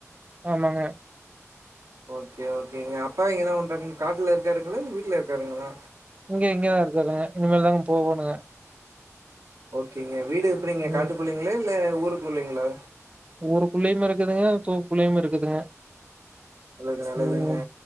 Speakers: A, on the right; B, on the right.
A: ஆமாங்க
B: ஓகே ஓகேங்க, அப்பா இங்க என்ன பண்றாங்க காட்டுல இருக்காருங்களா? வீட்ல இருக்காருங்களா?
A: இங்க இங்கதா இருக்காருங்க இனிமேல்தாங்க போகணு
B: ஓகேங்க, வீடு எப்டிங்க
A: ம்
B: காட்டுக்குள்ளைங்களா? இல்ல ஊருக்குள்ளைங்களா?
A: ஊருக்குள்ளயு இருக்குதுங்க, தோப்புகுள்ளயையு இருக்குதுங்க
B: நல்லது நல்லதுங்க
A: ம்